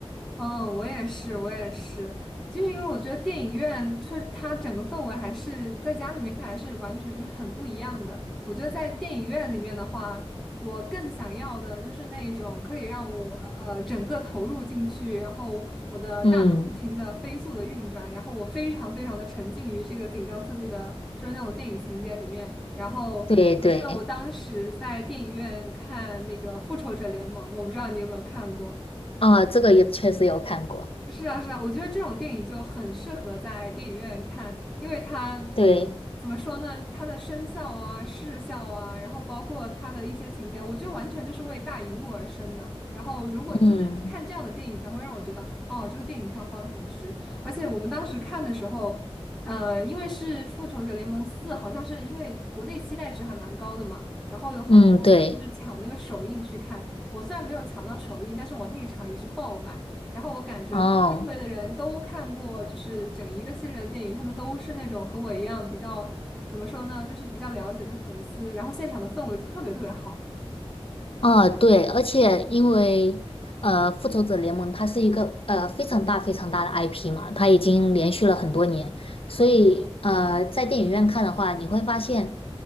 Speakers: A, in the centre; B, on the left.
A: 嗯，我也是，我也是，就是因为我觉得电影院它它整个氛围还是在家里面看还是完全就是很不一样的。我觉得在电影院里面的话，我更想要的就是那一种可以让我呃整个投入进去，然后我的大脑不停的飞速的运转，
B: 嗯，
A: 然后我非常非常的沉浸于这个紧张刺激的，就是那种电影情节里面。然后我记得我当时在电影院看那个《复仇者联盟》，
B: 对对，
A: 我不知道你有没有看过。
B: 啊，这个也确实有看过。
A: 是啊，是啊，我觉得这种电影就很适合在电影院看，因为它
B: 对，
A: 怎么说呢？它的声效啊、视效啊，然后包括它的一些情节，我觉得完全就是为大荧幕而生的。然后，如果就是看这样的电影，
B: 嗯
A: 才会让我觉得，哦，这个电影票花的很值。而且我们当时看的时候，呃，因为是《复仇者联盟四》，好像是因为国内期待值还蛮高的嘛，然后有很多人就是抢那个首映去看。
B: 嗯，对，
A: 我虽然没有抢到首映，但是我那一场也是爆满。然后我感觉就是周围的人都看过，
B: 哦。
A: 就是整一个系列的电影，他们都是那种和我一样比较，怎么说呢，就是比较了解的粉丝，然后现场的氛围就特别特别好。
B: 啊，对，而且因为呃，《复仇者联盟》它是一个呃非常大非常大的 IP 嘛，它已经连续了很多年，所以呃，在电影院看的话，你会发现